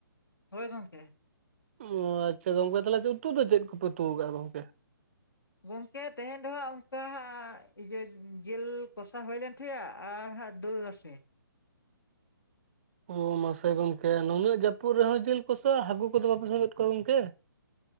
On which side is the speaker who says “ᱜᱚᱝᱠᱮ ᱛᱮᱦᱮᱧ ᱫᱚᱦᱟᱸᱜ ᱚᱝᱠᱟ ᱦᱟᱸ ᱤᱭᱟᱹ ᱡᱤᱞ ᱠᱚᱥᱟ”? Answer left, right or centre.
Left